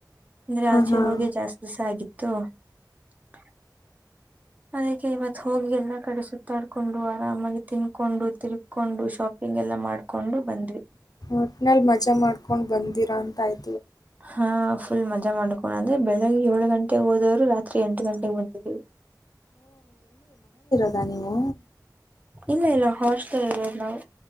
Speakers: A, on the right; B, on the left.
A: ಅಂದ್ರೆ ಆಚೆ
B: ಹಾಂ
A: ಹೋಳಗೆ ಜಾಸ್ತಿ ದಿಸ ಆಗಿತ್ತು ತ್ತು ಅದಕ್ಕೆ ಇವತ್ ಹೋಗಿ ಎಲ್ಲಾ ಕಡೆ ಸುತ್ತಾಡ್ಕೊಂಡು ಆರಾಮಾಗಿ ತಿನ್ಕೊಂಡು ತಿರುಕೊಂಡು ಶಾಪಿಂಗ್ ಎಲ್ಲ ಮಾಡ್ಕೊಂಡು ಬಂದ್ವಿ
B: ಒಟ್ನಲ್ಲಿ ಮಜಾ ಮಾಡ್ಕೊಂಡು ಬಂದಿರಾ ಅಂತಯ್ತ
A: ಹಾ ಫುಲ್ ಮಜಾ ಮಾಡ್ಕೊಂಡಣ ಅಂದ್ರೆ ಬೆಳಿಗ್ಗೆ ಏಳು ಗಂಟೆಗೆ ಹೋದವ್ರು ರಾತ್ರಿ ಎಂಟು ಗಂಟೆಗೆ ಬಂದಿದ್ರು
B: ಅಾನವು
A: ಇಲ್ಲ ಎಲ್ಲ ಹಾಸ್ಟೆಲ್ಗಳು ನಾವು